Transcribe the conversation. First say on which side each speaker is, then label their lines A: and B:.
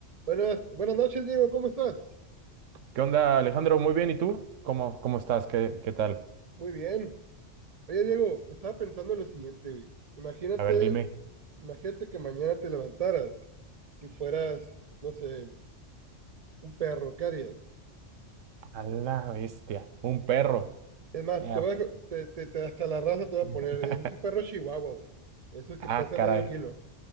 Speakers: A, on the right (about 40°); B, on the right (about 85°).
A: Buenas, buenas noches, Diego, ¿cómo estás?
B: ¿Qué onda, Alejandro? Muy bien, ¿y tú? ¿Cómo, cómo estás? ¿Qué, qué tal?
A: Muy bien. Oye, Diego, estaba pensando en lo siguiente, güey. Imagínate,
B: A ver, dime.
A: imagínate que mañana te levantaras y fueras, no sé, un perro, ¿qué harías?
B: A la bestia, un perro.
A: Es más,
B: Ya,
A: te voy a, dejar- te, te- te- hasta la raza te voy a poner,
B: <laughs>
A: eres un perro chihuahua, güey. Eso que
B: Ah,
A: pesa
B: caray.
A: medio kilo.